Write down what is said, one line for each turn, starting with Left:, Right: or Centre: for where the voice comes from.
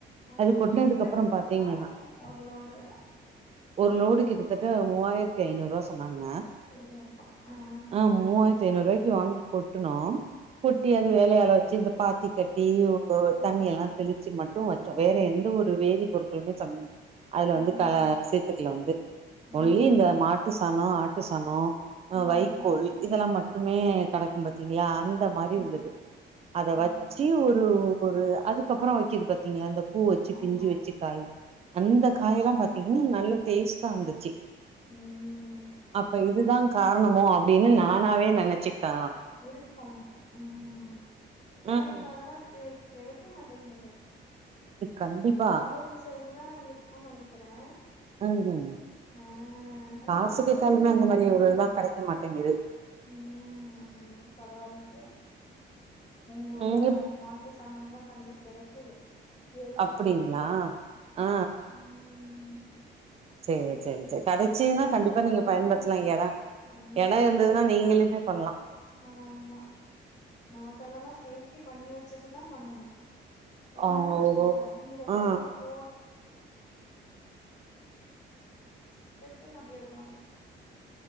Left: ஆ ஆ
Right: அது கொட்னதுக்கு
Left: ஆ. என்ன
Right: அப்பறம்
Left: ரேட்டுக்கா
Right: பாத்தீங்கன்னா
Left: ஒரு லோடு
Right: ஒரு லோடு கிட்டத்தட்ட மூவாயிரத்தி ஐநூறு ரூவா சொன்னாங்க
Left: ஏ அப்பா அ
Right: ஆ மூவாயிரத்தி ஐநூறுவாய்க்கி வாங்கி கொட்டுணோ கொட்டி
Left: ம்
Right: அது வேலயால வச்சு இந்த பாத்தி கட்டி ஓ
Left: ஆ
Right: தண்ணியெல்லா
Left: ஆ
Right: தெளிச்சு மட் டும் வச்சோ வேற எந்த ஒரு வேதி பொருள்களுமே சம் அதுல வந்து
Left: ம்
Right: கல சேத்துக்கள வந்து
Left: ம்
Right: ஒன்லி இந்த
Left: ம்
Right: மாட்டு சானோ ஆட்டு சானோ
Left: ம்
Right: வைக்கோல் இதெல்லா மட்டுமே கடக்கும் பாத்தீங்களா அந் இந்த மாதிரி
Left: ம்
Right: இருந்தது அத
Left: ம்
Right: வச்சு ஒரு ஒரு அதுக்கப்பற வைக்குது பாத்தீங்களா இந்த பூ வச்சு
Left: ஆமா
Right: பிஞ்சி வச்சு காய் அந்த
Left: ம்
Right: காயல்லா பாத்தீங்கன்னா நல்ல டேஸ்டா இருந்துச்சு
Left: ம் ம்
Right: அப்ப இதுதா காரணமோ அப்படின்னு நானாவே நெனைச்சிக்கிட்ட
Left: இருக்கு ம் ஏன்னா
Right: ம்
Left: இப்ப அதெல்லா தே கெடைக்க மாட்டேங்கது
Right: கண்டிப்பா
Left: வெள்ளோர் சைடுலாம் இருக்கும்னு நெனைக்கிறே
Right: ம் ம்
Left: ஆ அதெல்லா
Right: காசுக்கு
Left: பாக்கவே
Right: கேட்டாலுமே
Left: முடிய
Right: அந்த
Left: மாட்டேங்குது
Right: மாதிரி ஒரு இதுலா கெடைக்க மாட்டேங்குது
Left: ம் ம் பரவால்லயே எங்க ஊர்ல
Right: ம் இப்
Left: மாட்டு சாணம்ல்லா தனியா கெடைக்குது எருவுக்காகவே
Right: அப்டிங்களா ஆ
Left: ம் ம்
Right: சரி சரி சரி கெடைச்சிதுன்னா
Left: அதெல்லா
Right: கண்டிப்பா நீங்க
Left: எந்த
Right: பயன்படுத்தலா
Left: அளவுக்கு
Right: எட
Left: ம்
Right: எட இருந்ததுன்னா
Left: எந்த அளவுக்கு
Right: நீங்களுமே பண்ணலா
Left: ஆமா நமக்கு அதெல்லா சேஃப்டி பண்ணி வச்சுட்டு தா பண்ணணு இல்லன்னா
Right: ஓ ஓஹோ
Left: வச்சுக்கோங்க இங்க
Right: ஆ
Left: வெதைய போட் டுட்டு நம்பி எடுக்குவாங்க